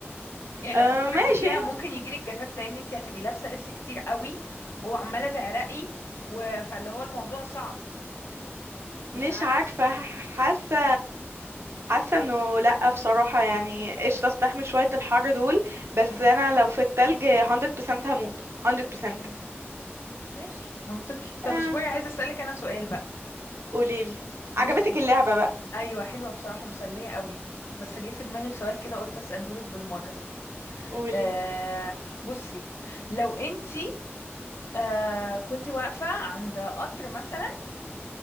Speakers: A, on the left; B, on the right.
A: يعني
B: آه
A: لو فكرتي
B: ماشي
A: فيها ممكن يجيلك جفاف لان انت هتبقي لابسه لبس كتير قوي وعماله تعرقي و... فاللي هو الموضوع صعب مش
B: مش
A: عارفه
B: عارفه حاسه حاسه انه لا بصراحه يعني قشطه استحمل شويه الحر دول بس
A: امم
B: انا لو في التلج 100% هموت 100%
A: امم ماشي منطقي طب
B: آه
A: اصبري عايزه اسالك انا سؤال بقى
B: قوليلي
A: بصي
B: عجبتك اللعبه بقى
A: ايوه حلوه بصراحه مسليه قوي بس جه في دماغي سؤال كده قلت اساله لك بالمره
B: قولي
A: آه بصي لو انتي آه كنت واقفة عند قطر مثلا